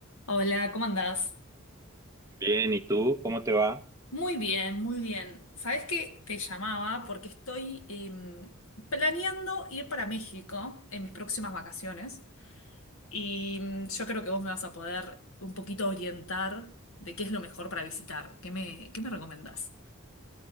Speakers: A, on the left; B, on the right.
A: Hola, ¿cómo andás?
B: Bien, ¿y tú? ¿Cómo te va?
A: Muy bien, muy bien. ¿Sabés qué? Te llamaba porque estoy em, planeando ir para México en mis próximas vacaciones y mm, yo creo que vos me vas a poder un poquito orientar de qué es lo mejor para visitar. ¿Qué me, qué me recomendás?